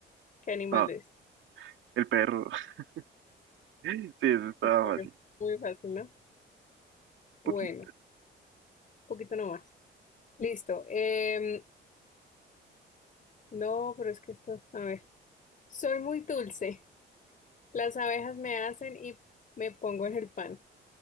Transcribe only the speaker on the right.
Ah,
el perro. <laughs> Sí, eso estaba
fácil.
Poquito.